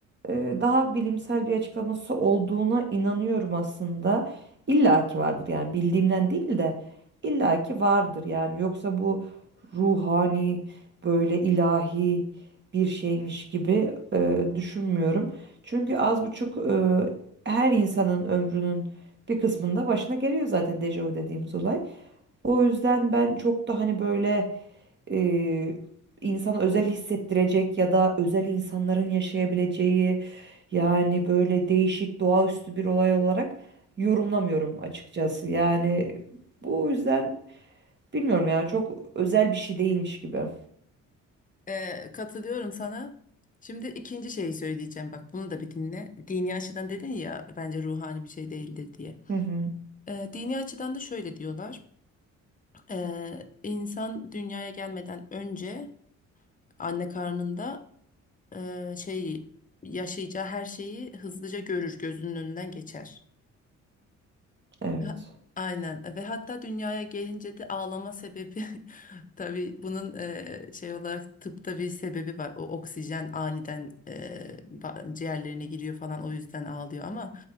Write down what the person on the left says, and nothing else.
Ee, katılıyorum sana. Şimdi ikinci şeyi söyleyeceğim. Bak bunu da bir dinle. Dini açıdan dedin ya bence ruhani bir şey değildir diye.
Ee, dini açıdan da şöyle diyorlar. Ee, insan dünyaya gelmeden önce anne karnında e, şeyi yaşayacağı her şeyi hızlıca görür, gözünün önünden geçer.
Ha- Aynen ve hatta dünyaya gelince de ağlama sebebi <laughs> tabii bunun e, şey olarak tıpta bir sebebi var. O oksijen aniden e, ba- ciğerlerine giriyor falan o yüzden ağlıyor ama